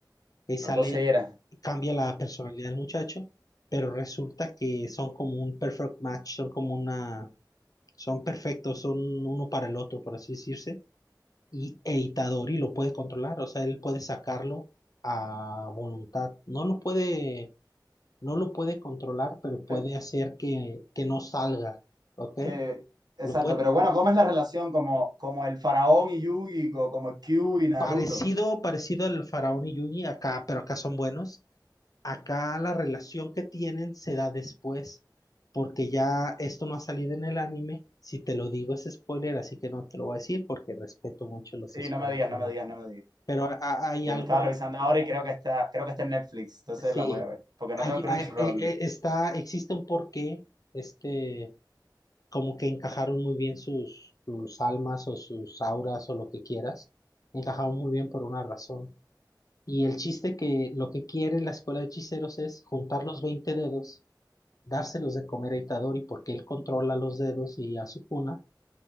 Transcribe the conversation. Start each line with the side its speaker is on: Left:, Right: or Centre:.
Left: que
Right: lo
Left: sale,
Right: poseyera.
Left: cambia la personalidad del muchacho, pero resulta que son como un perfect match, son como una, son perfectos, son uno para el otro, por así decirse, y Eitadori lo puede controlar, o sea, él puede sacarlo a voluntad, no lo puede, no lo puede controlar, pero puede
Right: Eh,
Left: hacer que, que no salga, ¿ok?
Right: Que, exacto,
Left: Lo puede,
Right: pero bueno, ¿cómo es la relación como, como el faraón y Yugi, co- como el Q y Naruto?
Left: parecido, parecido al faraón y Yugi, acá, pero acá son buenos. acá la relación que tienen se da después, porque ya esto no ha salido en el anime. Si te lo digo es spoiler, así que no te lo voy a decir porque respeto mucho los
Right: Sí,
Left: spoilers.
Right: no me digas, no me
Left: ¿no?
Right: digas, no me digas.
Left: Pero a- a- hay
Right: Que
Left: algo,
Right: me estaba revisando ahora y creo que está, creo que está en Netflix, entonces
Left: sí,
Right: la voy a ver, porque
Left: hay,
Right: no tengo Crunchyroll.
Left: hay- e- e- está, existe un porqué, este, como que encajaron muy bien sus, sus almas o sus auras o lo que quieras, encajaron muy bien por una razón. Y el chiste que lo que quiere la escuela de hechiceros es juntar los 20 dedos dárselos de comer a Itadori porque él controla los dedos y a Sukuna